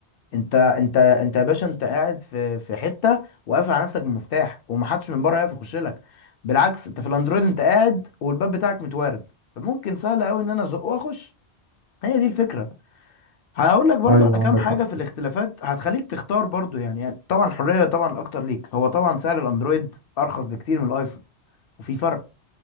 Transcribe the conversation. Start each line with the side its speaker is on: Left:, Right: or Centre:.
Left: انت انت انت يا باشا انت قاعد في في حته وقافل على نفسك بمفتاح ومحدش من بره يعرف يخش لك بالعكس انت في الاندرويد انت قاعد والباب بتاعك متوارب فممكن سهل قوي ان انا ازق واخش هي دي الفكره هقول لك برضو
Right: ايوه
Left: على كام
Right: عندك
Left: حاجه
Right: حق
Left: في الاختلافات هتخليك تختار برضو يعني, يعني طبعا الحريه طبعا الاكتر ليك هو طبعا سعر الاندرويد ارخص بكتير من الايفون وفي فرق